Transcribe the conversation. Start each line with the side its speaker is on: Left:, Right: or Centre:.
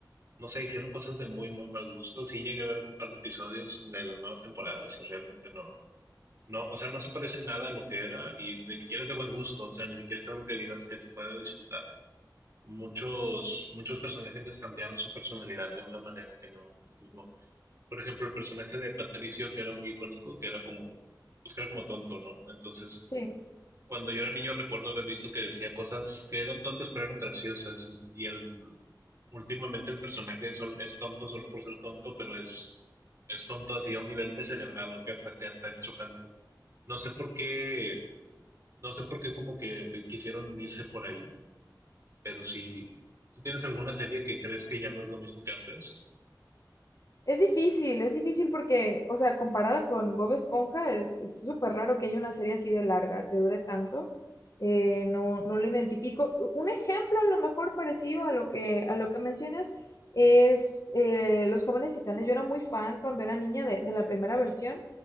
Right: no sé, hicieron cosas de muy, muy mal gusto. Sí llegué a ver un par de episodios de las nuevas temporadas y realmente no, no, o sea, no se parece nada a lo que era y ni siquiera es de buen gusto, o sea, ni siquiera es algo que digas que se puede disfrutar. Muchos, muchos personajes les cambiaron su personalidad de una manera que no, pues no, por ejemplo, el personaje de Patricio, que era muy icónico, que era como, pues que era como tonto, ¿no? Entonces,
Left: Sí.
Right: cuando yo era niño recuerdo haber visto que decía cosas que eran tontas pero eran graciosas. Y el, últimamente el personaje es, es tonto solo por ser tonto, pero es, es tonto así a un nivel descerebrado que hasta, que hasta es chocante. No sé por qué, no sé por qué como que quisieron irse por ahí, pero si ¿Tú tienes alguna serie que crees que ya no es lo mismo que antes?
Left: Es difícil, es difícil porque, o sea, comparada con Bob Esponja, es es súper raro que haya una serie así de larga, que dure tanto. Eh, no, no lo identifico. Un ejemplo a lo mejor parecido a lo que, a lo que mencionas es eh, Los Jóvenes Titanes. Yo era muy fan cuando era niña de, de la primera versión